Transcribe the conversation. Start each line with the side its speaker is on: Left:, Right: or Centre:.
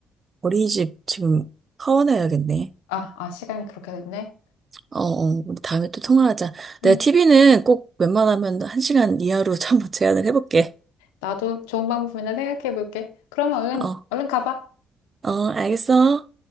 Right: 어린이집 지금 하원해야겠네.
Left: 아, 아, 시간이 그렇게 됐네.
Right: 어, 어, 우리 다음에 또 통화하자. 내가
Left: 응,
Right: TV는 꼭 웬만하면 한시간 이하로 <laughs> 한번 제한을 해볼게.
Left: 나도 좋은 방법이나 생각해 볼게. 그러면 얼른,
Right: 어.
Left: 얼른 가봐.
Right: 어, 알겠어.